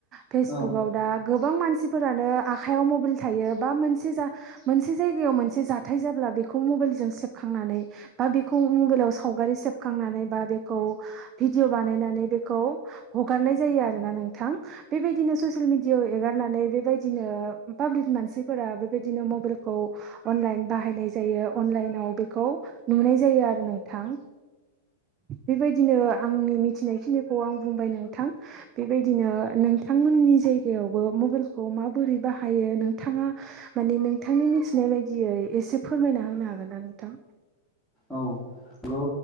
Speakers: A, on the right; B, in the centre.
A: फेसबुकाव
B: औ
A: दा गोबां मानसिफोरानो आखाइयाव मबाइल थायो बा मोनसे जा मोनसे जायगायाव मोनसे जाथाय जाब्ला बेखौ मबाइलजों सेफ खांनानै बा बेखौ मबाइलाव सावगारि सेबखांनानै बा बेखौ भिदिअ बानायनानै बेखौ हगारनाय जायो आरोना नोंथां बेबायदिनो ससिल मिडियायाव एगारनानै बेबायदिनो ओ पाब्लिक मानसिफोरा बेबायदिनो मबाइलखौ अनलाइन बाहायनाय जायो अनलाइनाव बे खौ नुनाय जायो आरो नोंथां बेबायदिनो आंनि मिथिनायखिनिखौ आं बुंबाय नोंथां बेबायदिनो नों थांमोननि जायगायावबो मबाइलखौ माबोरै बाहायो नोंथाङा माने नोंथांनि मिथि नाय बायदियै एसे फोरमायना होनो हागोन ना नोंथां?
B: औ गौ।